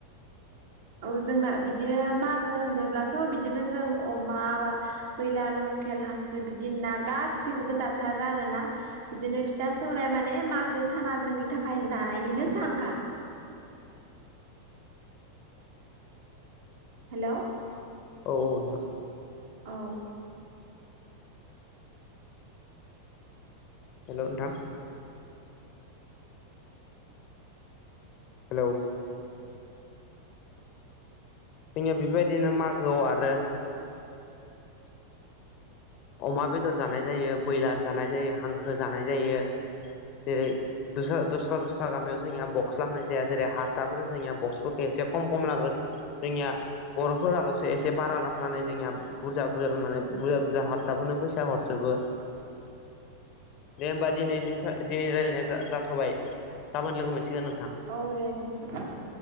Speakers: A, on the right; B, on the left.
A: औ जोंना बिदिनो मागो होनोब्लाथ बिदिनो जों अमा बा बैलार लकेल हांसो बिदि ना गासैखौबो जाथारो आरोना बिदिनो फिथा सौराइ माने मागो साना जोंनि थाखाय जानायनिनो सानखा हेलौ
B: औ औ नोंथां
A: औ
B: हेलौ नोंथां हेलौ जोंनिया बेबायदिनो मागोआव आरो अमा बेदर जानाय जायो ब्रयलार जानाय जायो हांखो जानाय जायो जेरै दस दस्रा दस्रा गामियाव जोंनिया बक्स लामनाय जाया जेरै हारसाफोर जोंनिया बक्सफोरखौ एसे खम खम लाबो जोंनिया बर'फोरालसो एसे बारा लाबनानै जोंनिया बुरजा बुरजा माने बुरजा बुरजा हार साफोरनो फैसा हरजोबो दे होमबा दिनैनिफ्राय दिनै रायलायनाया जा जाथबाय गाबोन लोगो मोनसिगोन नोंथां
A: औ दे नोंथां